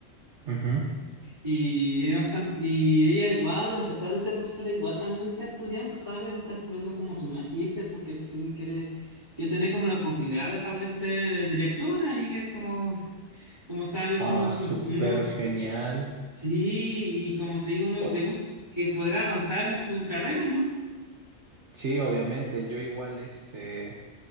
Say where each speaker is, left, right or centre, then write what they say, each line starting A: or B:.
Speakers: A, on the right; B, on the right.
A: Ujú.
B: y, es bastante, y ella igual, a pesar de ser profesora, igual también está estudiando, ¿sabes? Está estudiando como su magíster porque pues, tiene- quiere, quiere tener como la oportunidad de tal vez ser eh, directora y es como, como sabes,
A: Ah,
B: uno,
A: súper
B: uno,
A: genial.
B: sí, y como te digo, uno
A: O-
B: le gusta que podrá avanzar en tu carrera, ¿no?
A: sí, obviamente, yo igual este